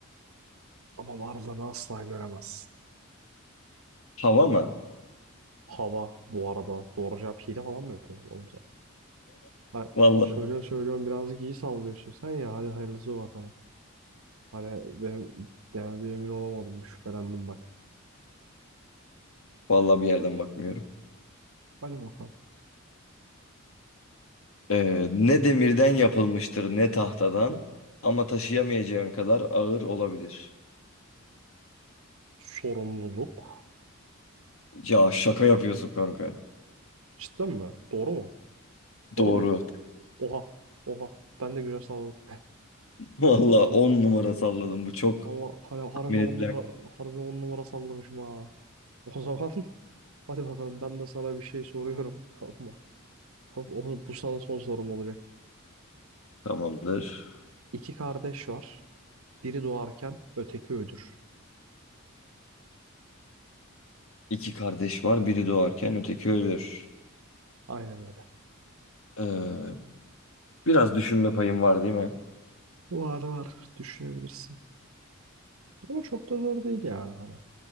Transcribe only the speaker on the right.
ama varlığını asla göremezsin.
Hava bu arada doğru cevap hile falan mı yapıyorsun? oğlum Ha,
söylüyorum söylüyorum birazcık iyi sallıyorsun sen ya hadi hayırlısı bakalım. Hani benim yani bir emin olamadım bir şüphelendim bak.
Hadi bakalım.
Sorumluluk.
Cidden mi? Doğru mu? Doğru
mu? Oha. Oha. Ben de güzel salladım.
<laughs> Allah hani harbiden
on numara harbiden on numara sallamışım ha. O zaman <laughs> hadi bakalım ben de sana bir şey soruyorum <laughs> tamam mı? Tamam, o- Bu sana son sorum olacak.
İki kardeş var. Biri doğarken öteki ölür.
Aynen öyle.
Var var düşünebilirsin. Ama çok da zor değil yani hala.